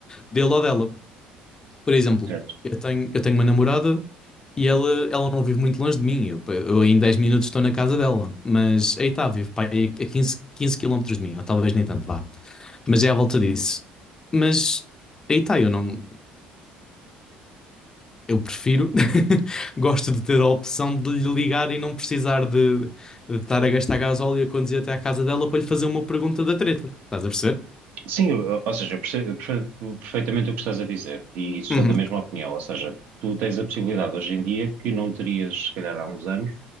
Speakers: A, on the left (about 20°); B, on the right (about 65°).
A: dele ou dela. Por exemplo,
B: certo.
A: eu tenho, eu tenho uma namorada e ela, ela não vive muito longe de mim. Eu, eu em 10 minutos estou na casa dela, mas aí está, vive pá, aí a 15 15 quilómetros de mim, ou talvez nem tanto vá. Mas é à volta disso. Mas aí está, eu não. Eu prefiro, <laughs> gosto de ter a opção de lhe ligar e não precisar de, de estar a gastar gasóleo e a conduzir até à casa dela para lhe fazer uma pergunta da treta. Estás a perceber?
B: Sim, eu- ou seja, eu percebo, eu percebo perfeitamente o que estás a dizer e, e sou
A: Uhum.
B: da mesma opinião. Ou seja, tu tens a possibilidade hoje em dia que não terias, se calhar, há uns anos,